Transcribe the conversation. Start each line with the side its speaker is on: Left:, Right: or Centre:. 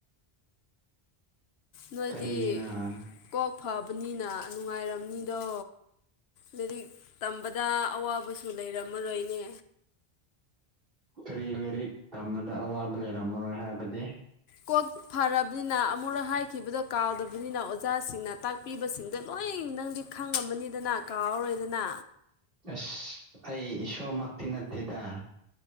Left: ꯅꯣꯏꯗꯤ
Right: ꯀꯔꯤꯒꯤꯅ
Left: ꯀꯣꯛ ꯐꯕꯅꯤꯅ ꯅꯨꯡꯉꯥꯏꯔꯝꯅꯤꯗꯣ ꯂꯥꯏꯔꯤꯛ ꯇꯝꯕꯗ ꯑꯋꯥꯕꯁꯨ ꯂꯩꯔꯝꯃꯔꯣꯏꯅꯦ
Right: ꯀꯔꯤ ꯂꯥꯏꯔꯤꯛ ꯇꯝꯕꯗ ꯑꯋꯥꯕ ꯂꯩꯔꯝꯃꯔꯣꯏ ꯍꯥꯏꯕꯗꯤ
Left: ꯀꯣꯛ ꯐꯔꯕꯅꯤꯅ ꯑꯃꯨꯨꯔꯛ ꯍꯥꯏꯈꯤꯕꯗꯣ ꯀꯥꯎꯗꯕꯅꯤꯅ ꯑꯣꯖꯥꯁꯤꯡꯅ ꯇꯥꯛ ꯄꯤꯕꯁꯤꯡꯗꯣ ꯂꯣꯏ ꯅꯪꯗꯤ ꯈꯪꯉꯝꯃꯅꯤꯗꯅ ꯀꯥꯎꯔꯔꯣꯏꯗꯅ
Right: ꯑꯁ ꯑꯩ ꯏꯁꯣꯔꯃꯛꯇꯤ ꯅꯠꯇꯦꯗ